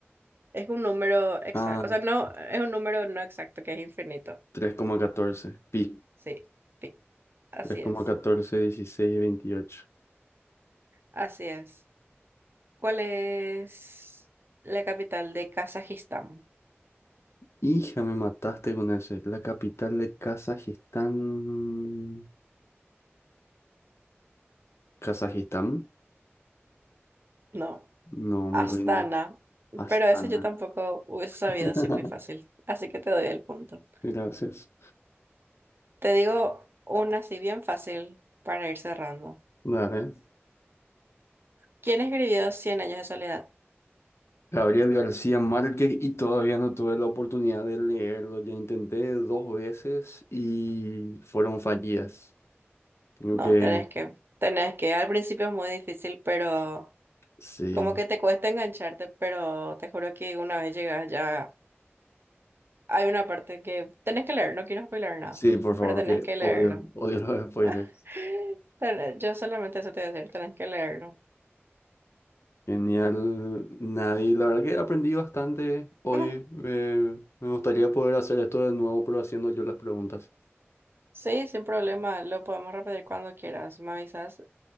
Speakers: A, on the right; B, on the left.
A: es un número exacto.
B: Ah,
A: O sea, no, es un número no exacto que es infinito.
B: tres coma catorce pi.
A: Sí, pi. Así
B: tres coma
A: es.
B: catorce dieciséis veintiocho
A: Así es. ¿Cuál es la capital de Kazajistán?
B: Hija, me mataste con ese. La capital de Kazajistán. ¿Kazajistán?
A: No,
B: No,
A: Astana.
B: me rindo. Astana.
A: Pero eso yo tampoco hubiese
B: <laughs>
A: sabido así muy fácil. Así que te doy el punto.
B: Gracias.
A: Te digo una así bien fácil para ir cerrando.
B: Dale.
A: ¿Quién escribió Cien años de soledad?
B: Gabriel García Márquez y todavía no tuve la oportunidad de leerlo. Ya intenté dos veces y fueron fallidas. Tengo
A: No,
B: que...
A: tenés que, tenés que. Al principio es muy difícil, pero
B: Sí.
A: como que te cuesta engancharte, pero te juro que una vez llegas ya hay una parte que tenés que leer, no quiero spoiler nada,
B: Sí, por favor,
A: pero tenés
B: que
A: que leerlo.
B: odio, odio los spoilers.
A: <laughs> Tenés- Yo solamente eso te voy a decir, tenés que leerlo.
B: Genial, Nadie. La verdad que aprendí bastante hoy.
A: <laughs>
B: eh, me gustaría poder hacer esto de nuevo, pero haciendo yo las preguntas.
A: Sí, sin problema, lo podemos repetir cuando quieras, me avisas,